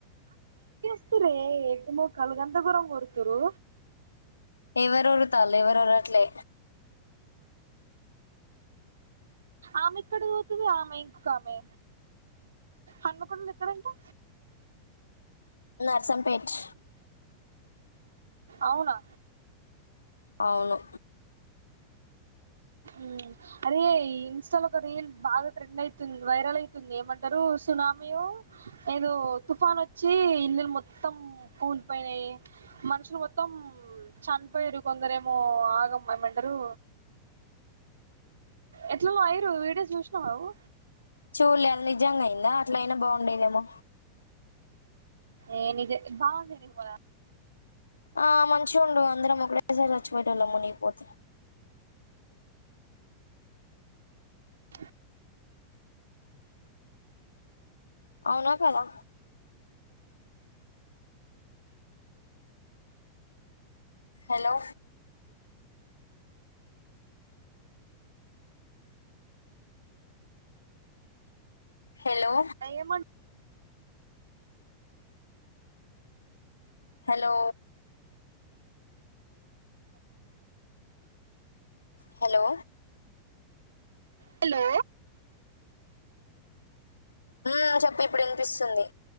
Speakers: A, on the right (about 70°); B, on the left (about 80°).
A: త్తురే ఎడ్ మొ కల గంధ గురం గొడుతురు
B: ఎవరు ఉరుతాల్లె ఎవరు ఉరవట్లే
A: ఆమె ఏక్కడ వోతది, ఆమె ఇంకొక ఆమె. హన్మకొండల ఎక్కడంటే
B: నర్సంపేట్.
A: అవునా?
B: అవును.
A: ఉమ్ అరేయ్, ఇన్‌స్టాలో ఒక రీల్ బాగా ట్రెండ్ అయితుంది, వైరల్ అయితుంది ఏమంటరు? తునామీ వో ఏదో తుఫాన్ వచ్చి ఇల్లులు మొత్తం కూలిపోయ్నాయి మనుషులు మొత్తం చనిపోయిరు కొందరేమో ఆగం ఏమంటరు. ఎట్లనో అయ్యిరు, వీడియో చూసినవవు?
B: చూల్లే, అది నిజంగా అయిందా? అట్ల అయినా బావుండేదేమో.
A: ఏ నిదే బావుంది నిర్మల.
B: ఆ మంచిఉండు, అందరం ఒకటేసారి చచ్చిపోయేటోలం మునిగిపోతే.
A: <unintelligible>
B: అవునా కదా? హలో! హలో!
A: ఏమం
B: హలో! హలో!
A: హలో!
B: ఆ.. చెప్పు ఇప్పుడు వినిపిస్తుంది?